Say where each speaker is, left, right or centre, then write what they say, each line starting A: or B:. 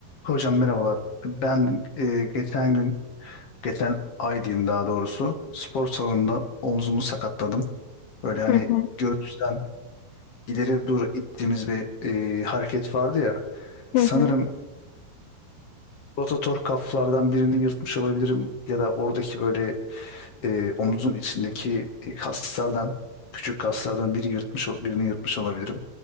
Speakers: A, on the left (about 55°); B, on the left (about 80°).
A: Hocam merhabalar. Ben e, geçen gün, geçen ay diyeyim daha doğrusu, spor salonunda omzumu sakatladım. Böyle hani
B: Hı hı,
A: göğüsten ileri doğru ittiğimiz bir e, hareket vardı ya.
B: hı
A: Sanırım
B: hı.
A: rotator kaflardan birini yırtmış olabilirim ya da oradaki böyle e, omuzun içindeki e, kaslardan, küçük kaslardan biri yırtmış, ol- birini yırtmış olabilirim.